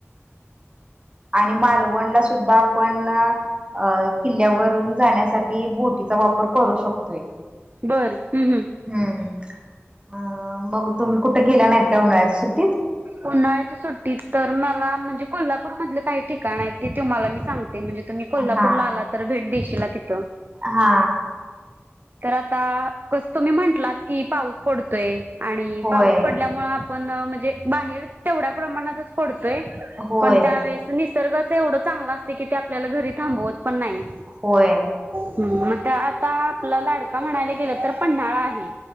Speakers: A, on the right (about 25°); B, on the right (about 45°).
A: आणि, मालवणला सुद्धा आपण.. अ.. किल्ल्यावरून जाण्यासाठी बोटी याचा वापर करू शकतोय.
B: बरं, हमं.. हमं.
A: हम्म अ.. मग, तुम्ही कुठे गेला नाहीत का? उन्हाळ्याच्या सुट्टीत?
B: उन्हाळ्याच्या सुट्टीत तर, मला म्हणजे कोल्हापूर मधले काही ठिकाण आहेत. ते तेुम्हाला मी सांगते. म्हणजे तुम्ही कोल्हापूरला
A: हा
B: आला तर, भेट देशीला तिथं.
A: हा
B: तर आता, कसं तुम्ही म्हंटलात की, पाऊस पडतोय आणि
A: होय
B: पाऊस पडल्यामुळे पण म्हणजे बाहेर तेवढ्या प्रमाणातच पडतोय
A: होय
B: पण त्यावेेळेस निसर्गात एवढं चांगलं असते की ते आपल्याला घरी थांबवत पण नाही.
A: होय
B: हम्म म आता आपला लाडका म्हणायला गेलं तर पन्हाळा आहे.